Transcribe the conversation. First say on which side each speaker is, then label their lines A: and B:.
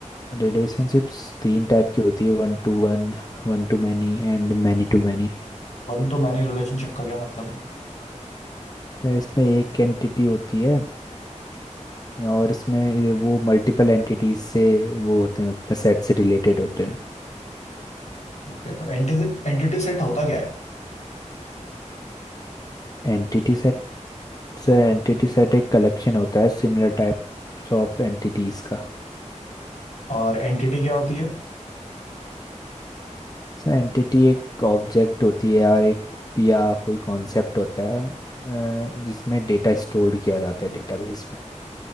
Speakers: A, on the left (about 30°); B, on the left (about 65°).
A: रिलेशनशिप्स तीन टाइप की होती है one to one one to many and many to many
B: वन टू मैनी रिलेशनशिप का क्या मतलब है
A: तो इसमें एक एंटिटी होती है और इसमें ये वो मल्टीपल एंटिटीज से वो होते हैं उसमें सेट से रिलेटेड होते हैं
B: ठीक है तो एंटिटी एंटिटी सेट होता क्या है
A: Entity set So entity set एक कलेक्शन होता है सिमिलर टाइप्स ऑफ एंटिटीज का
B: और एंटिटी क्या होती है
A: सो एंटिटी एक ऑब्जेक्ट होती है और एक या कोई कॉन्सेप्ट होता है अ, जिसमें डेटा स्टोर किया जाता है डेटाबेस